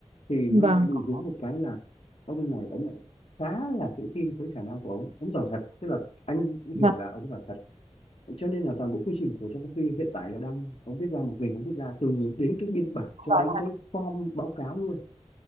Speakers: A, on the left; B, on the right.
A: thì nó
B: vâng
A: lại bị
B: vâng
A: vướng một cái là ông này ông lại khá là tự tin với khả năng của ông ông giỏi thật tức là anh
B: vâng
A: hiểu là ông giỏi thật cho nên là toàn bộ quy trình của trong công ty hiện tại là đang ông viết ra một mình ông viết ra từ đến cái biên bản cho
B: giỏi
A: đến
B: thật.
A: cái form báo cáo luôn